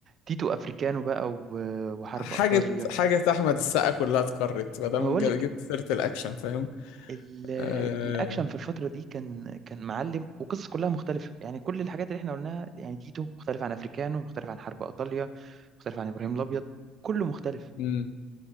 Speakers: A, on the right; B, on the left.
A: تيتو افريكانو بقى و... وحرب
B: حاجة
A: ايطاليا
B: حاجة أحمد السقا كلها اتكررت ما دام
A: ما بقول
B: جا- جبت سيرة الأكشن فاهم
A: ال- ال-
B: آه...
A: الاكشن في الفتره دي كان كان معلم وقصص كلها مختلفه يعني كل الحاجات اللي احنا قلناها يعني تيتو مختلف عن افريكانو مختلف عن حرب ايطاليا مختلف عن ابراهيم الابيض كله مختلف
B: مم.